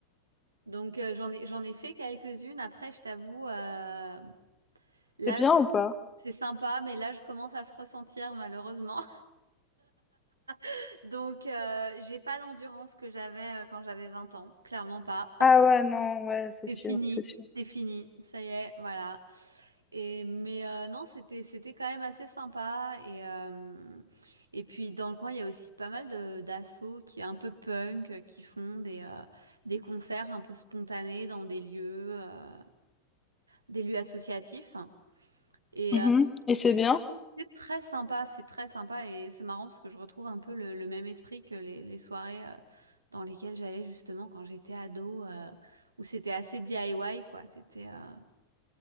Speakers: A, on the right (about 75°); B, on the left (about 20°).
A: Donc, euh, j'en ai, j'en ai fait quelques-unes. Après, je t'avoue, euh, là,
B: c'est bien
A: je-
B: ou pas?
A: c'est sympa, mais là, je commence à se ressentir, malheureusement. <laughs> Donc, euh, j'ai pas l'endurance que j'avais euh, quand j'avais 20 ans. Clairement pas.
B: Ah ouais, non, ouais, c'est
A: C'est
B: sûr,
A: fini,
B: c'est sûr.
A: c'est fini, ça y est, voilà. Et mais euh, non, c'était c'était quand même assez sympa et euh, et puis dans le coin il y a aussi pas mal de d'assos qui est un peu punk euh, qui font des euh, des concerts un peu spontanés dans des lieux euh, des lieux associatifs et
B: Mhm.
A: euh,
B: Et c'est bien?
A: c'est très sympa, c'est très sympa et c'est marrant parce que je retrouve un peu le, le même esprit que les, les soirées euh, dans lesquelles j'allais justement quand j'étais ado, euh, où c'était assez DIY quoi. C'était euh,